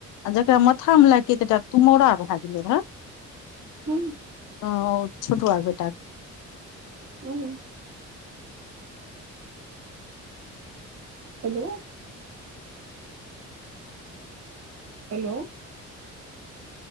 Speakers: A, on the left (about 85°); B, on the right (about 55°).
A: आ जकरा माथा मे लाइगके ऐतेटा तुमौरा भए गेल रहे
B: हूँ
A: हं ओ छोटुआ के बेटा
B: हूँ हेलो हेलो